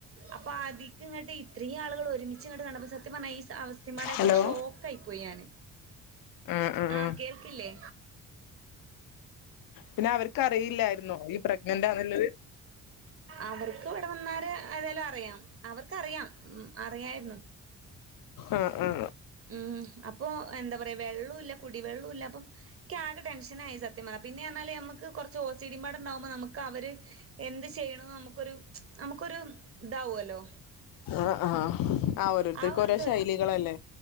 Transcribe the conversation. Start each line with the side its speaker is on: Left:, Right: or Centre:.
Right: അപ്പൊ അധികം ഇങ്ങട്ട് ഇത്രയും ആളുകള് ഒരുമിച്ച് ഇങ്ങട്ട് കണ്ടപ്പൊ സത്യം പറഞ്ഞാ ഈ സ അവസ് തിമ്മാനായപ്പൊ
Left: ഹലോ
Right: ഒരു ഷോക്കായി പോയി ഞാന്
Left: ഉം ഉം
Right: ആ
Left: ഉം
Right: കേൾക്കില്ലേ
Left: പിന്നെ അവര്ക്കറിയില്ലായിരുന്നോ നീ പ്രെഗ്നന്റാന്ന്ള്ളത്
Right: അവർക്ക് ഇവിടെ വന്നാരെ ഏതായാലും അറിയാം അവർക്കറിയാം ഉം അറിയായിരുന്നു
Left: അ അ
Right: ഉം അപ്പൊ എന്താ പറയ് വെള്ളുല്ല കുടിവെള്ളൂല്ല അപ്പം ൻക്കാകെ ടെൻഷനായി സത്യം പറഞ്ഞാ പിന്നെർഞ്ഞാല് ഞമ്മക്ക് കൊറച്ച് ഓസിഡിമ്പാടെ ഇണ്ടാക്മ്പം നമ്മക്ക് അവര് എന്ത് ചെ ചെയ്യ്ണോ നമുക്കൊരു ച്ച് നമുക്കൊരു താവോല്ലോ
Left: ആഹ് ആഹ് ആഹ് ഓരോരുത്തർക്കും
Right: ആ ഒരു
Left: ഓരോ
Right: ഇത്
Left: ശൈലികളല്ലേ